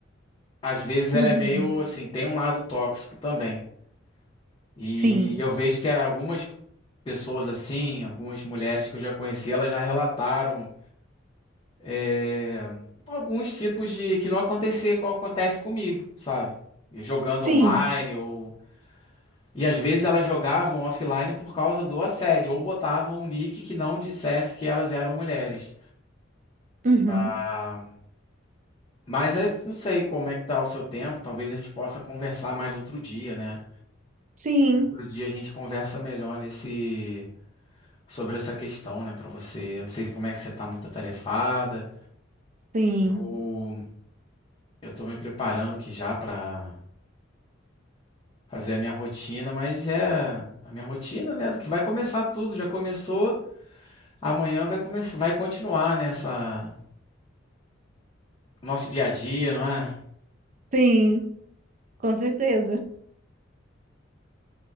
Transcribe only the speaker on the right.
Uhum.
Sim,
sim,
uhum.
Sim,
sim,
sim, com certeza.